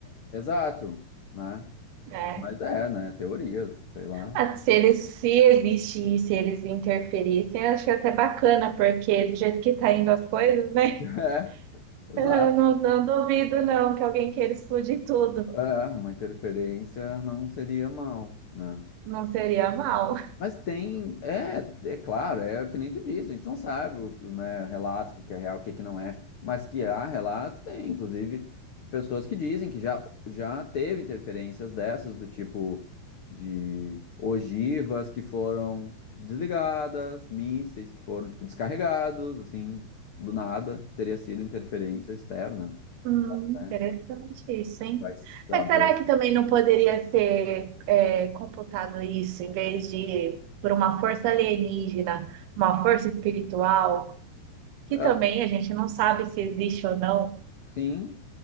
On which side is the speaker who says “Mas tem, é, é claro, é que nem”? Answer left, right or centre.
Left